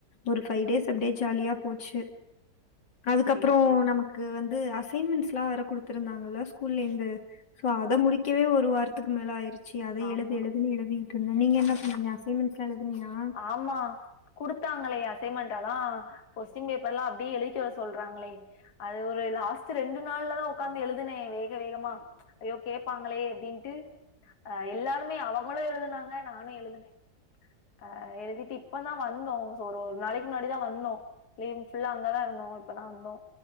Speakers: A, on the left (about 75°); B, on the left (about 60°).
A: ஒரு பைவ் டேஸ் அப்டே ஜாலியா போச்சு அதுக்கப்றோ
B: சேரி சேரி சேரி
A: நமக்கு க்கு வந்து அசைன்மென்ஸ்லா வேர குடுத்துருந்தாங்க ஸ்கூல்லேந்து சோ அத முடி க்கவே ஒரு வாரத்துக்கு மேல ஆயிருச்சு அத எழுது
B: ஆமா
A: எழுதுன்னு எழுதி ட்ருந்த நீங்க என்ன பண்ணீங்க அஸ்ன்மெண்ட்ஸ்லா எழுதுனியா
B: ஆமா குடுத்தாங்களே அசைன்மென்ட்டல்லா கொஸ்சின் பேப்பர்ல்லா அப்டியே எழுதிட்டு வர சொல்றாங்ளே அது ஒரு லாஸ்ட்டு ரெண்டு நாள்லதா உக்காந்து எழுதுனே வேக வேகமா ஐயோ கேபாங்களே அப்டின்ட்டு அ எல்லாருமே அவங்களு எழுதுனாங்க நானு எழுதுனே அ எழுதிட்டு இப்ப தா வந்தோ சோ ஒரு ஒரு நாளைக்கு முன்னாடிதா வந்தோ லீவ்வு ஃபுல்லா அங்கதா இருந்தோ இப்ப தா வந்தோ